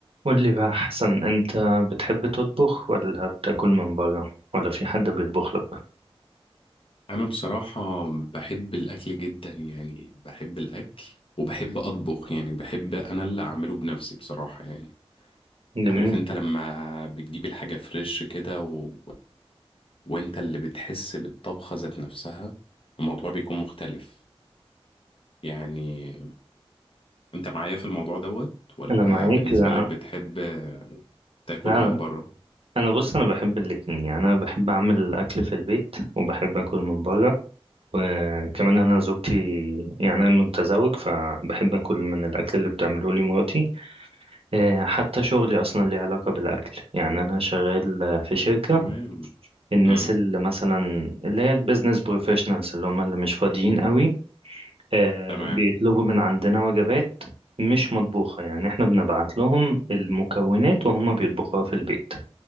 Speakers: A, on the right (about 70°); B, on the left (about 60°).
A: قول لي بقى حسن انت بتحب تطبخ ولا بتاكل من بره ولا في حد بيطبخ لك
B: انا بصراحة بحب الاكل جدا يعني بحب الاكل وبحب اطبخ يعني بحب انا اللي اعمله بنفسي بصراحة يعني
A: جميل
B: عارف انت لما بتجيب الحاجة فريش كده و... وانت اللي بتحس بالطبخة ذات نفسها الموضوع بيكون مختلف يعني انت معايا في الموضوع دوت ولا
A: انا معاك
B: بالنسبة
A: لا
B: لك بتحب تاكل
A: لا،
B: من بره
A: انا بص انا بحب الاتنين يعني انا بحب اعمل الاكل في البيت وبحب اكل من بره وكمان انا زوجتي يعني انا متزوج فبحب اكل من الاكل اللي بتعمله لي مراتي آه، حتى شغلي اصلا ليه علاقه بالاكل يعني انا شغال آه، في شركه
B: تمام
A: الناس
B: امم
A: اللي مثلا اللي هي البيزنس بروفيشنالز اللي هم اللي مش فاضيين قوي آه،
B: تمام
A: بيطلبوا من عندنا وجبات مش مطبوخة يعني احنا بنبعت لهم المكونات وهم بيطبخوها في البيت